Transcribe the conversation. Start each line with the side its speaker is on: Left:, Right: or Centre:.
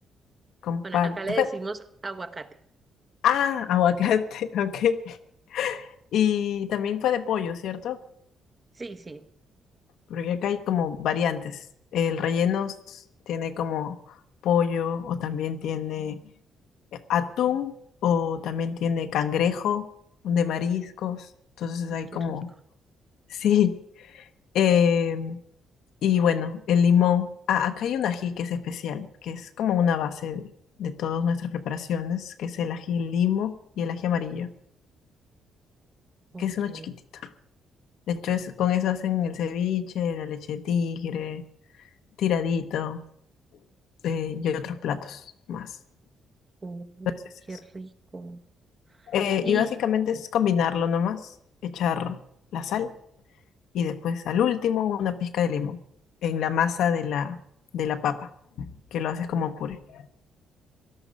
Left: Con
Right: bueno,
Left: palta.
Right: acá le
Left: Fue-
Right: decimos aguacate.
Left: Ah, aguacate, <laughs> ok. Y también fue de pollo, ¿cierto?
Right: Sí, sí.
Left: Porque acá hay como variantes. El relleno s- tiene como pollo o también tiene eh, atún o también tiene cangrejo de mariscos. Entonces
Right: Uy,
Left: hay
Right: qué
Left: como,
Right: rico.
Left: <laughs> sí. eh, y bueno, el limón. Ah, acá hay un ají que es especial, que es como una base de, de todas nuestras preparaciones, que es el ají limo y el ají amarillo,
Right: Ok.
Left: que es uno chiquitito. De hecho, es, con eso hacen el ceviche, la leche de tigre, tiradito. eh, y otros platos más.
Right: Uy,
Left: Entonces es
Right: qué
Left: eso.
Right: rico.
Left: Eh,
Right: Y,
Left: y básicamente es combinarlo nomás, echar la sal y después al último una pizca de limón en la masa de la, de la papa, que lo haces como puré.